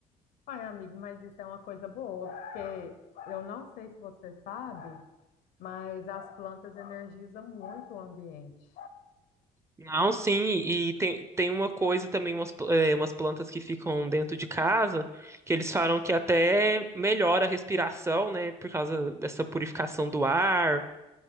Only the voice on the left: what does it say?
Ai, amigo, mas isso é uma coisa boa, porque eu não sei se você sabe, mas as plantas energizam muito o ambiente.